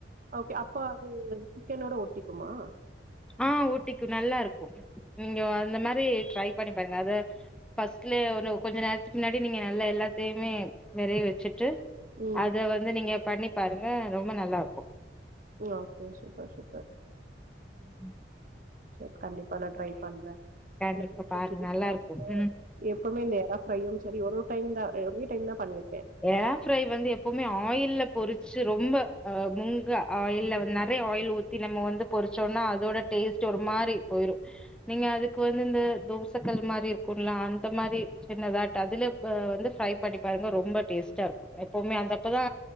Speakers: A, on the right; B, in the centre.
A: ஓகே அப்பா அது சிக்கனோட ஒட்டிக்குமா
B: ஆ ஒட்டிக்கு நல்லா இருக்கு நீங்க அந்த மாரி ட்ரை பண்ணி பாருங்க அத பஸ்ட்ல ஒ கொஞ்ச நேரத்துக்கு முன்னாடி நீங்க நல்ல எல்லாத்தையுமே வெரைய வச்சுட்டு
A: ம்
B: அத வந்து நீங்க பண்ணி பாருங்க ரொம்ப நல்லா இருக்கு
A: ஓகே சூப்பர் சூப்பர்
B: ம்
A: செர் கண்டிப்பா நான் ட்ரை பண்றே
B: கண்டிப்பா
A: எனக்கு வந்து
B: பாருங்க
A: புடிச்சா
B: நல்லா
A: ஆப்பமா
B: இருக்கும் ம்
A: எப்பமே ந்த ப ப்யூம் சரி ஒருஒரு டைம்ந்தா ஒரே டைம் தா பண்ணிரு
B: ஏர் ஃப்ரை வந்து எப்பமே ஆயில்ல பொறிச்சு ரொம்ப அ முங்க ஆயில்ல்ல நிறைய ஆயில் ஊத்தி நம்ம வந்து பொறிச்சோனா அதோட டேஸ்ட் ஒரு மாரி போயிரு நீங்க அதுக்கு வந்து இந்த தோசைக்கல் மாரி இருக்குங்களா அந்த மாரி சின்னதாட்ட அதுல வந்து ஃப்ரை பண்ணி பாருங்க ரொம்ப டேஸ்டா இருக்கு எப்பமே அந்தப்பதா